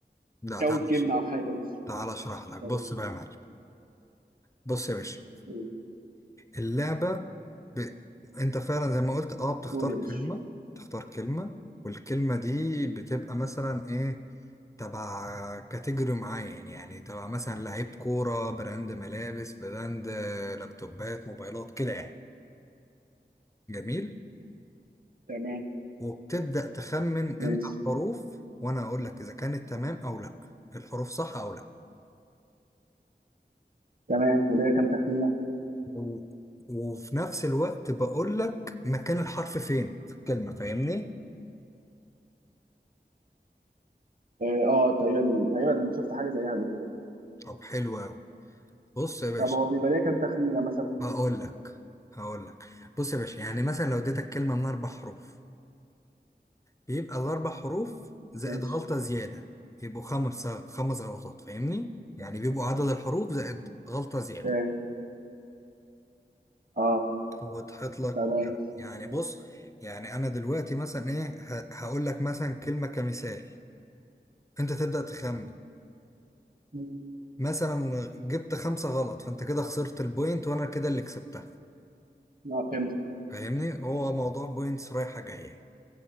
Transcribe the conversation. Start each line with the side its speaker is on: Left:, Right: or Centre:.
Left: لا
Right: تكون
Left: تعال
Right: كلمة
Left: أش-
Right: أو حاجة ماشي
Left: تعال اشرح لك
Right: طب
Left: بص
Right: يا باشا
Left: بقى يا معلم بص يا باشا
Right: قول
Left: اللعبة ب... انت فعلا زي ما قلت اه بتختار
Right: قول يا
Left: كلمة
Right: باشا
Left: تختار كلمة والكلمة دي بتبقى مثلا ايه تبع كاتيجوري معين يعني تبع مثلا لعيب كورة براند ملابس براند آه، لابتوبات موبايلات كده يعني جميل
Right: تمام
Left: وبتبدأ تخمن
Right: ماشي
Left: انت الحروف وانا اقول لك اذا كانت تمام او لا الحروف صح او لا
Right: تمام وليا كام تخمينة
Left: و... وفي نفس الوقت بقول لك مكان الحرف فين في الكلمة فاهمني
Right: اه آه، تقريبا تقريبا شفت حاجة زيها قبل كده
Left: طب حلو قوي بص يا باشا
Right: طب هو بيبقى ليا كام تخمينة مثلا
Left: هقول لك هقول لك بص يا باشا يعني مثلا لو اديتك كلمة من اربع حروف بيبقى الاربع حروف زائد
Right: ماشي
Left: غلطة زيادة يبقوا خمس خمس غلطات فاهمني يعني بيبقوا عدد الحروف زائد غلطة زيادة
Right: اه آه،
Left: وتحط لك
Right: تمام
Left: يعني بص يعني انا دلوقتي مثلا ايه ه- هقول لك مثلا كلمة كمثال انت تبدأ تخمن
Right: مم.
Left: مثلا جبت خمسة غلط فانت كده خسرت البوينت وانا كده اللي كسبتها
Right: اه فهمت
Left: فاهمني هو موضوع بوينتس رايحة جاية